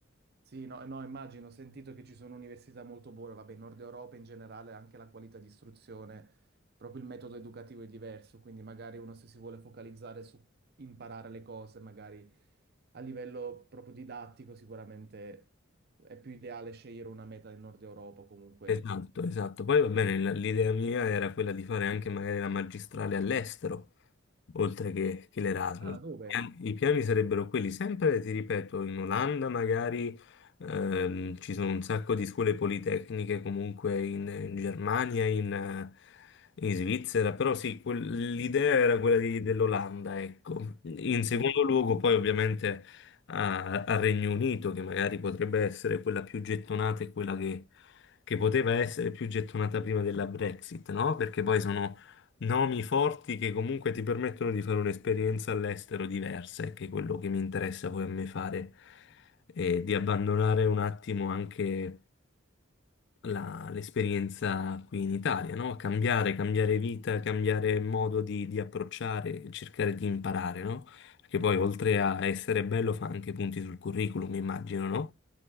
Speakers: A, on the right; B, on the left.
A: Sì, no, no, immagino, ho sentito che ci sono università molto buone, vabbè, in Nord Europa in generale anche la qualità di istruzione, proprio il metodo educativo è diverso, quindi magari uno se si vuole focalizzare su imparare le cose, magari a livello proprio didattico sicuramente è più ideale scegliere una meta in Nord Europa o comunque.
B: Esatto, esatto. Poi va bene, l- l'idea mia era quella di fare anche magari la magistrale all'estero, oltre che, che l'Erasmus.
A: Ah, dove?
B: I piani sarebbero quelli, sempre, ti ripeto, in Olanda magari ehm, ci sono un sacco di scuole politecniche, comunque in, in Germania, in, eh, in Svizzera, però sì, quel- l'idea era quella di- dell'Olanda, ecco. In secondo
A: Mm.
B: luogo poi ovviamente a- al Regno Unito, che magari potrebbe essere quella più gettonata e quella che che poteva essere più gettonata prima della Brexit, no? Perché poi sono nomi forti che comunque ti permettono di fare un'esperienza all'estero diversa, e che è quello che mi interessa poi a me fare, e di abbandonare un attimo anche la- l'esperienza qui in Italia, no? Cambiare, cambiare vita, cambiare modo di, di approcciare, cercare di imparare, no? Perché poi oltre a essere bello fa anche punti sul curriculum, immagino, no?